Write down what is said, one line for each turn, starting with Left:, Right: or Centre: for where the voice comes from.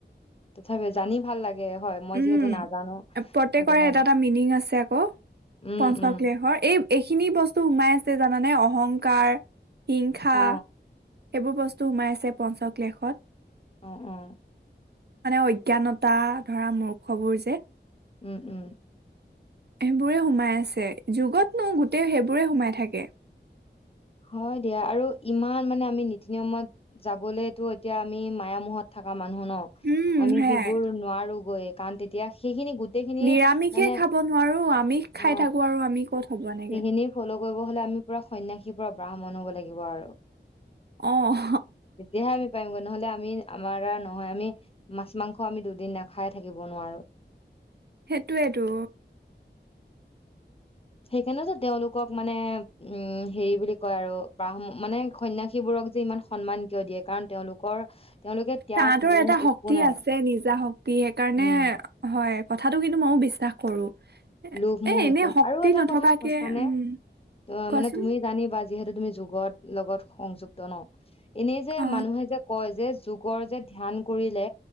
Left: তথাপি জানি ভাল লাগে হয় মই
Right: উম
Left: যিহেতু নাজানো
Right: প্ৰত্যেকৰে
Left: সেইটো কাৰণে
Right: এটা এটা মিনিং আছে আকৌ
Left: উম
Right: পঞ্চক্লেশৰ
Left: উম
Right: এই এইখিনি বস্তু সোমাই আছে জানানে অহংকাৰ শিক্ষা
Left: অ
Right: সেইবোৰ বস্তু সোমাই আছে পঞ্চ কেশত
Left: উ উম
Right: মানে অজ্ঞানতা ধৰা মূৰ্খবোৰ যে
Left: উম উম
Right: সেইবোৰে সোমাই আছে যুগত নো গোটেই সেইবোৰে সোমাই থাকে
Left: হয় দিয়া আৰু ইমান মানে আমি নীতি নিয়মত যাবলেতো এতিয়া আমি মায়া মুহত থকা মানুহ মানুহ ন
Right: উম
Left: আমি
Right: সেয়াই
Left: সেইবোৰ নোৱাৰো গৈ কাৰণ তেতিয়া সেইখিনি গোটেইখিনি
Right: নিৰামিষে
Left: মানে
Right: খাব নোৱাৰো আমিষ
Left: অ
Right: খাই থাকো আৰু আমি কত হ'ব এনেকে
Left: সেইখিনি ফ'ল' কৰিব হলে আমি পুৰা সন্যাসী কি পৰা ব্ৰাহ্মণ হব লাগিব আৰু
Right: অহ
Left: তেতিয়াহে আমি পাৰিমগৈ নহলে আমি আমাৰ দ্বাৰা নহয় আমি মাছ মাংস আমি দুদিন নাখাই থাকিব নোৱাৰো
Right: সেইটোৱেটো
Left: সেইকাৰণে যে তেওঁলোকক মানে উম হেৰি বুলি কয় আৰু ব্ৰাহ্ম মানে সন্যাসীবোৰক যে ইমান সন্মান কিয় দিয়ে কাৰণ তেওঁলোকৰ তেওঁলোকে ত্যাগ
Right: তাহাঁতৰ
Left: মোহ
Right: এটা শক্তি
Left: একো নাই
Right: আছে নিজা শক্তি সেইকাৰণে
Left: উম
Right: হয় কথাটো কিন্তু ময়োও বিশ্বাস কৰো
Left: লোভমোহ
Right: এ এনে
Left: একো
Right: শক্তি
Left: আৰু এটা
Right: নথকাকে
Left: কথা সঁচা নে
Right: উম
Left: আ
Right: কোৱাচোন
Left: মানে তুমি জানিবা যিহেতু তুমি যুগত লগত সংযুক্ত ন এনেই যে
Right: অ
Left: মানুহে যে কয় যে যুগৰ যে ধ্যান কৰিলে